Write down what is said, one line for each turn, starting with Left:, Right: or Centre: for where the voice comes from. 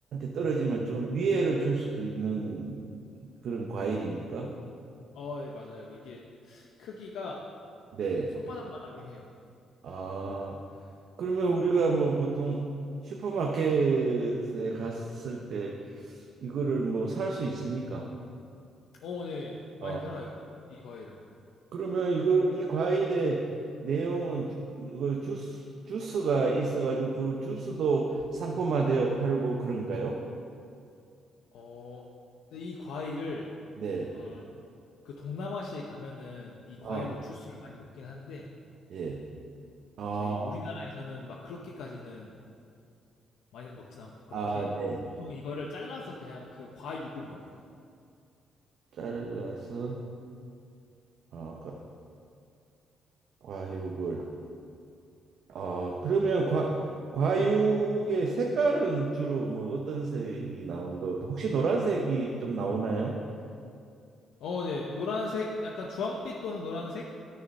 Right: 떨어지면 좀 위해를 줄 수도 있는 그런 과일입니까?
Left: 어, 네 맞아요. 이게 크기가
Right: 네.
Left: 손바닥만 하긴 해요.
Right: 아, 그러면
Left: 네.
Right: 우리가 뭐 보통 슈퍼마켓에 갔을 때 이거를 뭐 살 수 있습니까?
Left: 어, 네. 많이
Right: 아.
Left: 팔아요. 이 과일은.
Right: 그러면 이걸 이 과일의 내용은 주, 그 주스 주스가 있어가지고 그 주스도 상품화되어 팔고 그런가요?
Left: 어, 근데 이 과일을,
Right: 네.
Left: 어, 그 동남아시아에 가면은 이 과일로
Right: 아,
Left: 주스를 많이 먹긴 한데,
Right: 예. 아,
Left: 저희 우리나라에서는 막 그렇게까지는 많이 먹진 않고, 그렇게.
Right: 아, 네.
Left: 보통 이거를 잘라서 그냥 그 과육을 먹어요.
Right: 잘라서 아, 과, 과육을 아, 그러면 과 과육의 색깔은 주로 뭐 어떤 색이 나온다? 혹시 노란색이 좀 나오나요?
Left: 어, 네. 노란색, 약간 주황빛 또는 노란색?